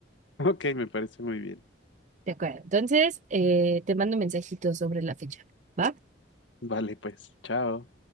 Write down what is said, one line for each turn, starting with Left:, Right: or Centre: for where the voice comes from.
Left: Ok, me parece muy bien.
Right: De acuerdo. Entonces, eh, te mando un mensajito sobre la fecha. ¿Va?
Left: Vale, pues, chao.